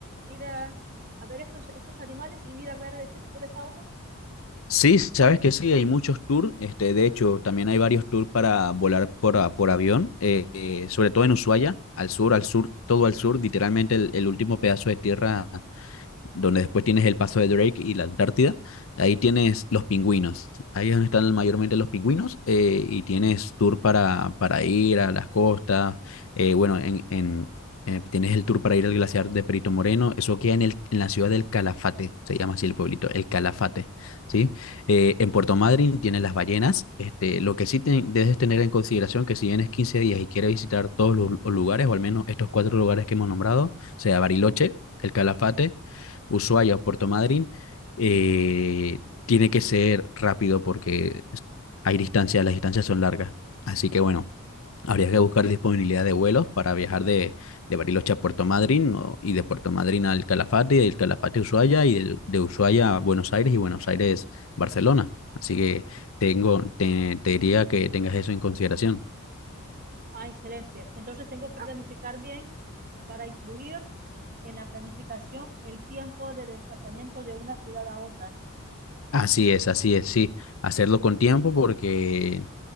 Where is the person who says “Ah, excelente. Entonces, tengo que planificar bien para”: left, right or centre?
Right